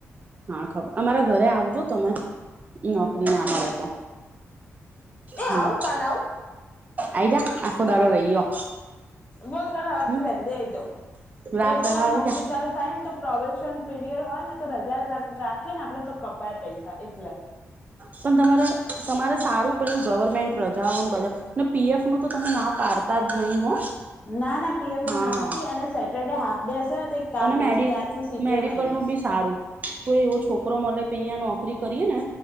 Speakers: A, on the right; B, on the left.
A: હા ખબર અમારા ઘરે આવજો તમે
B: હમ
A: નોકરી ના મળે તો
B: એ
A: હમ
B: આવું કાલ આવું
A: આઈ જા આખો દાડો રહીયો.
B: બોલ કલે હ
A: હમ
B: તું વેલી આઈ જાઉ પછ
A: રાત
B: એ તો
A: રહેવા
B: મારી
A: આવી
B: નોકરી
A: જા
B: ચાલુ થાય ને તો પ્રોવેશન પીરિયડ હોય ને તો રજા રાખે ને આપડે તો કપાય પૈસા એટલે
A: પણ તમારે તમારે સારું પે ગવર્મેન્ટ રજાઓને બા ને પીએફ નું તો તમે ના પાડતા જ નહી હો
B: ના ના પીએફ ન
A: હા
B: ના નથી અને સેટરડે હાફ ડે હશે તો એક કામ
A: અને
B: કરીશ
A: મેડિ
B: ત્યાંથી સીટીએમ
A: મેડિકલ
B: આઈ જઈશ
A: નું બી સારું કોઈ એવો છોકરો મળે અહીંયા નોકરી કરીએ ને